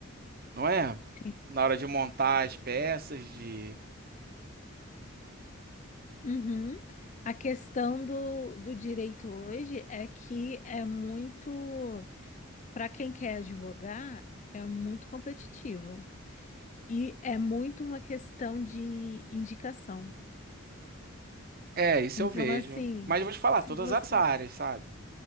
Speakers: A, on the right (about 45°); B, on the left (about 35°).
A: não é?
B: sim.
A: Na hora de montar as peças, de.
B: Uhum. A questão do, do direito hoje é que é muito, para quem quer advogar, é muito competitivo. E é muito uma questão de indicação.
A: É, isso
B: Então,
A: eu vejo.
B: assim,
A: Mas eu vou te falar,
B: se
A: todas
B: você.
A: as áreas, sabe?